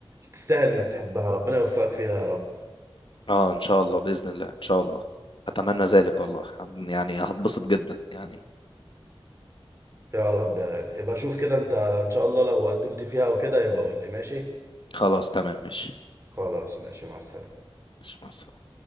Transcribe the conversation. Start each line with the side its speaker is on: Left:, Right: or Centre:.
Right: تستاهل انك تحبها ربنا يوفقك فيها يا رب
Left: اه ان شاء الله بإذن الله ان شاء الله اتمنى ذلك والله يعني هتبسط جدا يعني
Right: يا رب يا غالي يبقى شوف كده انت ان شاء الله لو قدمت فيها او كده يبقى قول لي ماشي
Left: خلاص تمام ماشي
Right: خلاص ماشي مع السلامه
Left: ماشي، مع السلامة